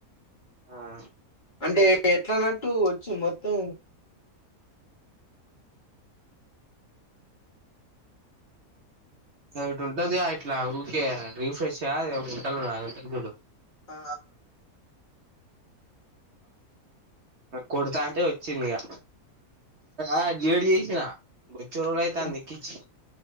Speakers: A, on the right; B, on the left.
A: ఆ
B: అంటే ఎట్లనట్టు వచ్చి మొత్తం
A: అది ఒకటి ఉంటదిగ ఇట్ల ఊకే రిఫ్రెష్ ఆ అది ఒకటి ఉంటదిగా
B: ఆ
A: కొడతా అంటే వచ్చింది ఇగ ఆ గేట్ తీసిన బొచ్చడు రోజులైతాంది
B: ఉమ్,
A: ఎక్కించి